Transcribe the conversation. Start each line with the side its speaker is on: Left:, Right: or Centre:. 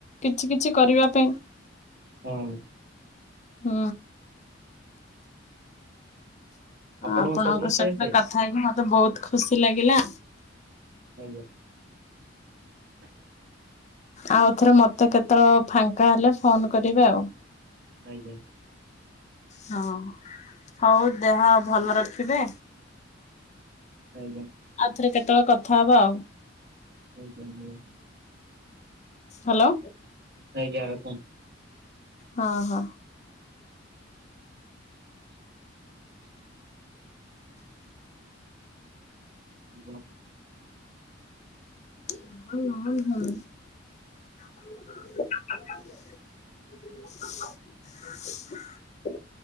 Left: କିଛି କିଛି କରିବା ପାଇଁ।
Right: ହଁ
Left: ହୁଁ।
Right: ଆପଣଙ୍କୁ
Left: ଆପଣଙ୍କ
Right: ସବୁ ରୋଷେଇ
Left: ସହିତ
Right: ଆସେ?
Left: କଥା ହେଇକି ମତେ ବୋହୁତ ଖୁସି ଲାଗିଲା।
Right: ଆଜ୍ଞା। <unintelligible>
Left: ଆଉ ଥରେ ମତେ କେତେବେଳେ ଫାଙ୍କା ହେଲେ ଫୋନ କରିବେ ଆଉ।
Right: ନାଇତ
Left: ହଁ ହୋଉ ଦେହ ଭଲ ରଖିବେ।
Right: ଆଜ୍ଞା।
Left: ଆଉ ଥରେ କେତେବେଳେ କଥା ହବା ଆଉ।
Right: <unintelligible>
Left: ହ୍ୟାଲୋ
Right: ଆଜ୍ଞା ରଖନ୍ତୁ।
Left: ହଁ ହଁ।
Right: ଭ
Left: <unintelligible> ଉଁ ଉଁ ହୁଁ। <inaudible>